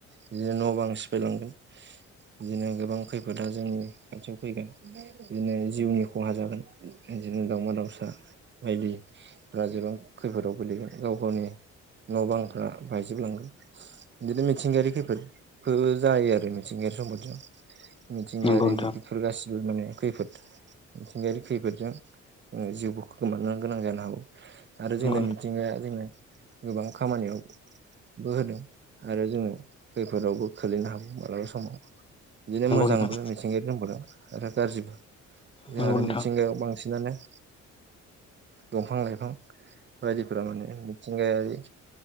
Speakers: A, on the right; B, on the left.
A: बिदिनो न' बां सिफायलांगोन बिदिनो गोबां खैफोदा जोंनि खाथियाव फैगोन बिदिनो जिउनि खहा जागोन बिदिनो दाावमा दाउसा बायदि ओ जेबां खैफोदाव गोलैगोन गाव गावनि न' बांफ्रा बायजोबलांगोन। बिदिनो मिथिंगायारि खैफोदखौ जायो आरो मिथिंगायारि सम्पतयाव जिग
B: नंगौ
A: आरो
B: नोंथां
A: बेफोरुरखौसि माने खैफोद मिथिंगायारि खैफोदजों ओ जिउबो खोमानो गोनां जानो हागौ। आरो जोंनो
B: नंगौ
A: मिथिंगाया जोंनो गोबां खामानियाव बो होदों आरो जोङो खैफोदावबो खोलैनो हागौ मालाबा समाव बिदिनो मोजांबो
B: नोंथां
A: मिथिंगायारि सम्पदा आरो गाज्रिबो ओ
B: नंगौ
A: आरो
B: नोंथां
A: मिथिंगायाव बांसिनानो दंफां लाइफां बायदिफोरा माने मिथिंगायारि